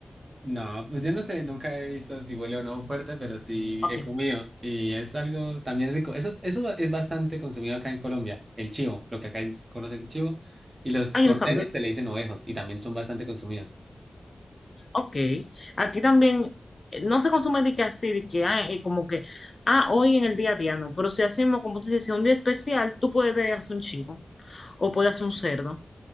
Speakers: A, on the right; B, on the left.
A: No, pues yo no sé, nunca he visto si huele o no fuerte, pero sí
B: Ok.
A: he comido y es algo también rico. Eso, eso es bastante consumido acá en Colombia, el chivo, lo que acá conocen chivo, y los
B: Ah,
A: corderos
B: yo no sabía.
A: se le dicen ovejos y también son bastante consumidos.
B: Ok, aquí también eh, no se consume de que así, de que ah, eh, como que, ah, hoy en el día a día no, pero si hacemos, como tú dices, si es un día especial, tú puedes hacer un chivo, o puedes hacer un cerdo,